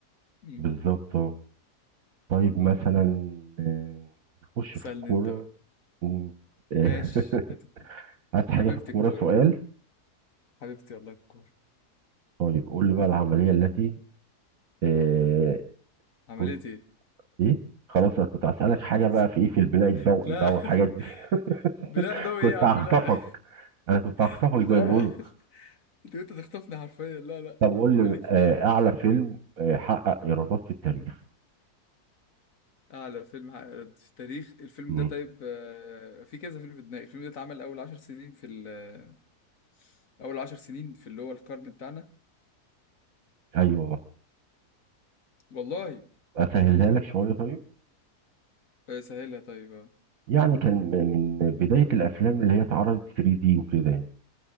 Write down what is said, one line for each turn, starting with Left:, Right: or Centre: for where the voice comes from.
Left: مم.
Right: بالظبط اه طيب مثلا آه، نخش
Left: سألني
Right: في الكورة
Left: انت بقى
Right: مم، آه،
Left: ماشي هات الكورة
Right: <laughs> عايز حاجة
Left: حبيبتي
Right: في الكورة
Left: الكورة
Right: سؤال
Left: دي. حبيبتي والله الكورة
Right: طيب قول لي بقى العملية التي آه،
Left: عملت
Right: كنت
Left: ايه
Right: ايه خلاص انا كنت هسألك حاجة
Left: <laughs>
Right: بقى في ايه في البناء الضوئي
Left: لا
Right: بقى والحاجات دي
Left: <laughs> بلا
Right: <laughs>
Left: ضوء ايه
Right: كنت
Left: يا عم
Right: هخطفك
Left: لا
Right: انا كنت هخطفك
Left: <laughs>
Right: زي
Left: لا
Right: ما بيقولوا
Left: انت انت تخطفني حرفيا لا لا
Right: طب قول
Left: خليك
Right: لي
Left: في
Right: آه،
Left: الكورة
Right: اعلى فيلم آه، حقق ايرادات في التاريخ
Left: اعلى فيلم عقد في التاريخ الفيلم
Right: مم.
Left: ده طيب آه، في كذا فيلم في دماغي الفيلم ده اتعمل اول عشر سنين في ال- اول عشر سنين في اللي هو القرن بتاعنا
Right: ايوه
Left: والله
Right: اسهلها لك شوية طيب
Left: آه، سهلها طيب اه
Right: يعني كان م- من بداية الافلام اللي هي اتعرضت 3 دي وكده يعني